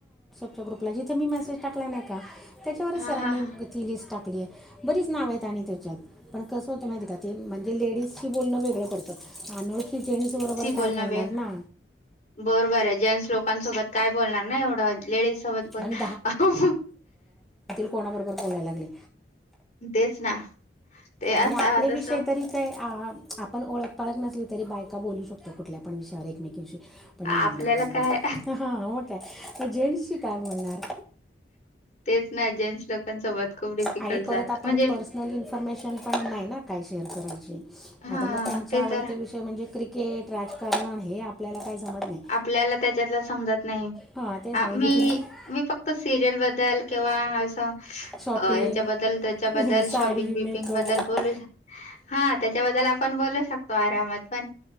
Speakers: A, in the centre; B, on the left.
A: च्या ग्रुपला जिथे मी मेसेज टाकला नाही का, त्याच्यावरच
B: हा
A: सरांनी
B: हा हा.
A: ती लिस्ट टाकली आहे, बरीच नाव आहेत आणि त्याच्यात, पण कसं होतं माहिती का ते, म्हणजे लेडीजशी बोलणं वेगळं पडतं. आनोळखी जेन्टस बरोबर
B: बोलण
A: काय बोलणार
B: वेगळ,
A: ना
B: बरोबर आहे, जेन्टस लोकांसोबत काय बोलणार ना एवढं लेडीज सोबत पण
A: आणि
B: अ हू.
A: कोणा बरोबर बोलायला लागले
B: तेच ना. ते आता
A: आणि आपले
B: तसं
A: विषय तरी काय अ. आपण ओळख-पाळख नसली तरी बायका बोलू शकतो, कुठल्या पण विषयावर एकमेकींशी. पण
B: आपल्याला काय
A: हा मग काय, जेंट्स शी काय बोलणार.
B: तेच ना जेंट्स लोकांसोबत खूप डिफिकल्ट
A: आणि
B: जात
A: परत आपण
B: म्हणजे
A: पर्सनल इन्फॉर्मेशन पण नाही ना काय शेअर करायची
B: हा
A: आता मग त्यांची
B: ते
A: आवडते
B: तर
A: विषय म्हणजे क्रिकेट, राजकारण, हे आपल्याला काय जमत नाही
B: आपल्याला त्याच्यातल समजत नाही,
A: हां तेच
B: अ
A: ना म्हणजे
B: मी,
A: तुम्ही
B: मी फक्त सिरियल बद्दल. केव्हा अस.
A: शॉपिंग
B: अ ह्याच्याबद्दल-त्याच्याबद्दल शॉपिंग
A: साडी
B: बिपिंग
A: मेकअप
B: बद्दल बोलु शक हा त्याच्याबद्दल आपण बोलु शकतो, आरामात पण